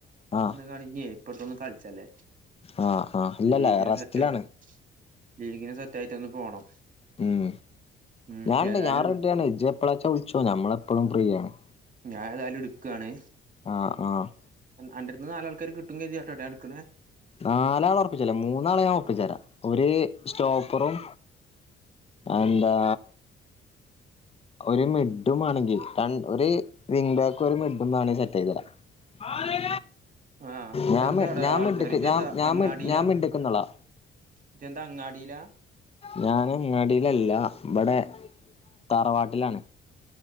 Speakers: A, on the left (about 30°); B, on the right (about 40°).
A: ആ
B: ണ ഇപ്പട്ത്തൊന്നും കളിച്ചല്ലേ
A: ആഹ് ആഹ് ഇല്ലല്ല
B: ലീഗിന്
A: റസ്റ്റിലാണ്
B: സെറ്റായി ലീഗിന് സെറ്റ് ആയിട്ട് ഒന്ന് പോണം
A: ഉം
B: ഉം
A: ഞാൻണ്ട്
B: ഏതായാലും
A: ഞാറെഡി
B: ഒരു
A: ആണ് ഇജ്ജ് എപ്പളാച്ചാ വിളിച്ചോ ഞമ്മള് എപ്പളും ഫ്രീയാണ്
B: ഞാൻ ഏതായാലും ഇട്ക്കാണ്
A: ആഹ് ആഹ്
B: അണ്ടട്തുന്ന് നാലാൾക്കാര കിട്ടും കര്തിയാട്ടൊ ഞാൻ ഇട്ക്ണെ
A: നാലാളെ ഉറപ്പിച്ചല്ലെ മൂന്നാളെ ഞാൻ ഉറപ്പിച്ചരാ ഒരു സ്റ്റോപ്പറും എന്താ ഒരു മിഡും മാണെങ്കിൽ ര ഒര് വിങ് ബാക്കും ഒരു മിഡും വേണെങ്കിൽ സെറ്റ് ആക്കി തരാം ആനേ
B: ആഹ്
A: ഞാ
B: എന്താടാ
A: മി ഞാ
B: ആൾക്കാര്
A: മിഡ്‌ക്
B: ഇജ്ജെന്താ
A: ഞ ഞാ
B: അങ്ങാടിയിലാ
A: ഞാ മിഡ്‌ക്ക് ന്നോളാ
B: ഇജ്ജെന്താ അങ്ങാടീലാ
A: ഞാന് അങ്ങാടീലല്ല ഇവിടെ താറവാട്ടിലാണ്